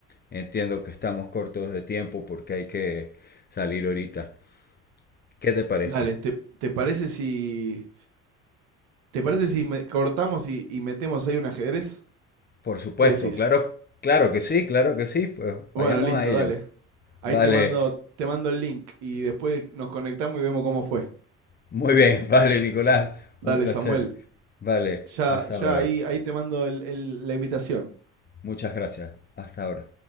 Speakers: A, on the left (about 25°); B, on the right (about 70°).
A: entiendo que estamos cortos de tiempo porque hay que salir ahorita. ¿Qué te parece?
B: Dale, ¿te, te parece si. ¿Te parece si me- cortamos y, y metemos ahí un ajedrez?
A: Por supuesto,
B: ¿Qué decís?
A: claro, claro que sí, claro que sí, pues vayamos
B: Bueno, listo,
A: a ello.
B: dale. Ahí
A: Vale,
B: te mando, te mando el link y después nos conectamos y vemos cómo fue.
A: muy bien, vale, Nicolás,
B: Dale,
A: un placer.
B: Samuel.
A: Vale,
B: Ya,
A: hasta
B: ya
A: ahora.
B: ahí, ahí te mando el- el- la invitación.
A: Muchas gracias. Hasta ahora.